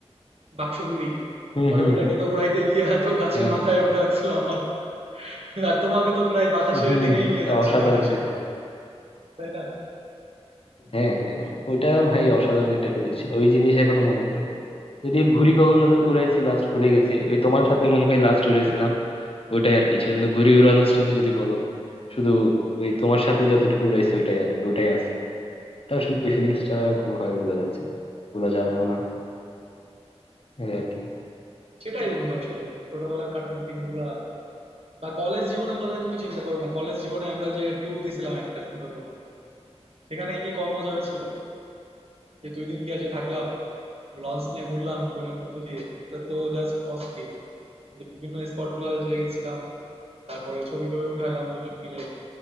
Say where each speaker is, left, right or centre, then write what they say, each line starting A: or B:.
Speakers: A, on the right (about 65°); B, on the left (about 60°).
A: বাক্স ঘুড়ি
B: হুম
A: পরে
B: হুম
A: ওইটাকে
B: হুম।
A: তো উড়াইতে গিয়ে তো গাছের
B: হ্যাঁ
A: মাথায়
B: হ্যাঁ
A: ওঠা লাগছিল আমার আর তোমাকে তো প্রায় বাতাসে
B: হুম হুম
A: টেনেই
B: হুম।
A: নিয়ে
B: এটা
A: যাচ্ছিল
B: অসাধারণ
A: আকাশে
B: একটা ফিলিং
A: তাই না
B: হ্যাঁ হ্যাঁ ওইটা ভাই অসাধারণ একটা ফিলিং ছিল ওই জিনিস এখনো মনে পড়ে যদি ঘুড়ি কখন উড়াইছি লাস্ট ভুলে গেছি ওই তোমার সাথে মনে হয় লাস্ট উড়াইছিলাম ওইটাই আর কি সেজন্য ঘুড়ি উড়ানোর স্মৃতি যদি বলো শুধু ওই তোমার সাথে যতটুকু উড়াইছি ওইটাই আর- ওইটাই আছে তা আসলে ফিলিংসটা কোনোভাবে বোঝা যাচ্ছে না বোঝা যাবেও না এই আর কি
A: সেটাই বন্ধু আসলে ছোটবেলার কাটানো দিনগুলা বা কলেজ জীবনের কথাই তুমি চিন্তা করো না কলেজ জীবনে আমরা যে ট্যুর দিছিলাম একটা সুন্দরবন সেখানে কি কম মজা হয়েছিল যে দুই দিন গিয়ে যে থাকলাম লঞ্চ নিয়ে ঘুরলাম বনের মধ্য দিয়ে এটা তো জাস্ট অস্থির এই যে বিভিন্ন স্পট গুলো যে গেছিলাম তারপরে ছবি টবি উঠালাম দুজন মিলে